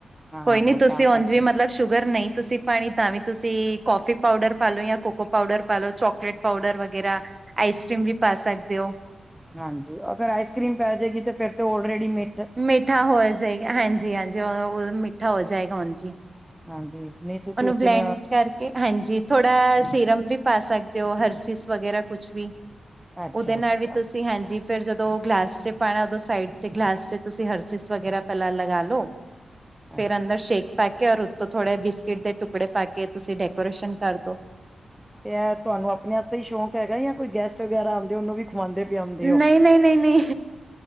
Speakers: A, in the centre; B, on the right.
A: ਹਾਂ
B: ਕੋਈ ਨੀ ਤੁਸੀਂ
A: ਤਾਂ
B: ਉਂਝ
A: ਕਰਕੇ
B: ਵੀ ਮਤਲਬ ਸ਼ੂਗਰ ਨਈ ਤੁਸੀਂ ਪਾਣੀ ਤਾਂ ਵੀ ਤੁਸੀਂ ਕੌਫੀ ਪਾਊਡਰ ਪਾ ਲਓ, ਯਾ ਕੋਕੋ ਪਾਊਡਰ ਪਾ ਲੋ ਚੋਕਲੇਟ ਪੋਡਰ ਵਗੈਰਾ, ਆਈਸ ਕਰ੍ਰੀਮ ਵੀ ਪਾ ਸਕਦੇ ਹੋ।
A: ਹਾਂਜੀ, ਅਗਰ ਆਈਸ ਕਰ੍ਰੀਮ ਪੈ ਜੇਗੀ ਤੇ ਫਿਰ ਤੇ ਔਲਰੇਡੀ ਮੇ
B: ਮਿੱਠਾ ਹੋਏ ਸਈ, ਹਾਂਜੀ-ਹਾਂਜੀ ਓ ਓਹਦੇ ਨਾਲ ਮਿੱਠਾ ਹੋ ਜਾਏਗਾ, ਹਾਂਜੀ।
A: ਹਾਂਜੀ ਨਹੀਂ ਤੁਸੀਂ
B: ਉਹਨੂੰ
A: ਉਸ
B: ਬਲੈਂਡ
A: ਦਿਨ
B: ਕਰ ਕੇ ਹਾਂਜੀ ਥੋੜਾ ਸੀਰਮ ਵੀ ਪਾ ਸਕਦੇ ਹੋ ਹਰਸੀਸ ਵਗੈਰਾ ਕੁਛ ਵੀ।
A: ਅੱਛਾ
B: ਓਹਦੇ ਨਾਲ
A: ਅੱਛਾ
B: ਵੀ ਤੁਸੀਂ ਹਾਂਜੀ, ਫਿਰ ਜਦੋਂ ਗਲਾਸ ਚ ਪਾਣਾ ਉਦੋਂ ਸਾਈਡ ਚ ਗਲਾਸ ਚ ਤੁਸੀਂ ਹਰਸਿਸ ਵਗੈਰਾ ਪੈਲਾਂ ਲਗਾ ਲੋ, ਫੇਰ
A: ਅੱਛਾ
B: ਅੰਦਰ ਸ਼ੇਕ ਪਾਕੇ ਔਰ ਉਤੋਂ ਥੋੜ੍ਹੇ ਬਿਸਕਿਟ ਦੇ ਟੁਕੜੇ ਪਾ ਕੇ ਤੁਸੀਂ ਡੈਕੋਰੇਸ਼ਨ ਕਰਦੋ।
A: ਤੇ ਏਹ ਤੁਆਨੂੰ ਆਪਣੇ ਆਸਤੇ ਈ ਸ਼ੌਂਕ ਹੈਗਾ ਯਾ ਕੋਈ ਗੈਸਟ ਵਗੈਰਾ ਉਹਨੂੰ ਵੀ ਖਵਾਉਂਦੇ ਪਿਆਉਂਦੇ ਹੋ
B: ਨਈ-ਨਈ-ਨਈ-ਨਈ